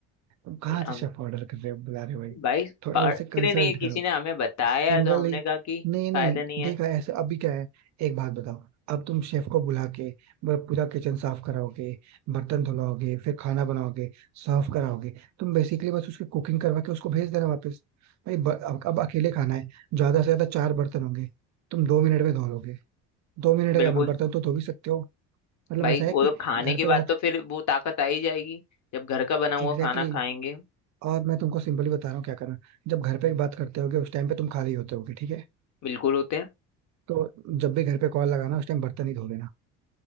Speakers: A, on the right; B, on the left.
A: तुम कहाँ
B: ये
A: से
B: हम
A: शेफ ऑर्डर कर रहे हो बुला रहे हो भाई
B: भाई
A: थोड़ा
B: पढ़
A: उससे
B: के
A: कंसल्ट
B: नहीं किसी ने हमें बताया
A: सिंगल
B: तो हमने
A: ही
B: कहा कि
A: नहीं नहीं
B: फायदा नहीं है
A: देखा ऐसे अभी क्या है एक बात बताओ अब तुम शेफ को बुला के वो पूरा किचन साफ कराओगे बर्तन धुलाओगे फिर खाना बनाओगे सर्व कराओगे तुम बेसिकली बस उसकी कुकिंग करवा के उसको भेज देना वापस भाई ब, अब, अब अकेले खाना है ज्यादा से ज्यादा चार बर्तन होंगे तुम दो मिनट में धो लोगे दो मिनट
B: बिल्कुल
A: का मैं बर्तन तो धो भी सकते हो मतलब
B: भाई
A: ऐसा है
B: वो
A: कि
B: तो खाने
A: घर
B: के
A: पे
B: बाद
A: बात
B: तो फिर वो ताकत आ ही जाएगी जब घर का बना हुआ
A: एग्जैक्टली
B: खाना
A: exactly,
B: खाएंगे
A: और मैं तुमको सिंपली बता रहा हूँ क्या करना जब घर पे बात करते होगे उस टाइम पे तुम खाली होते होगे ठीक है
B: बिल्कुल होते हैं
A: तो जब भी घर पे कॉल लगाना उस टाइम बर्तन ही धो लेना